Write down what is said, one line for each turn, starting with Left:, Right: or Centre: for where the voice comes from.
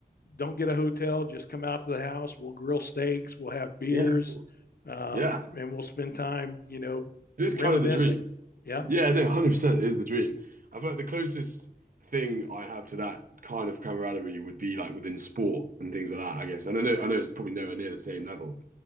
Left: don't get a hotel. Just come out to the house. We'll grill steaks. We'll have beers,
Right: Yeah, cool.
Left: um,
Right: Yeah,
Left: and we'll spend time, you know,
Right: it is
Left: reminiscing.
Right: kind of the dream.
Left: Yeah.
Right: Yeah, no, 100% is the dream. I feel like the closest thing I have to that kind of camaraderie would be like within sport and things like that, I guess. And I know I know it's probably nowhere near the same level.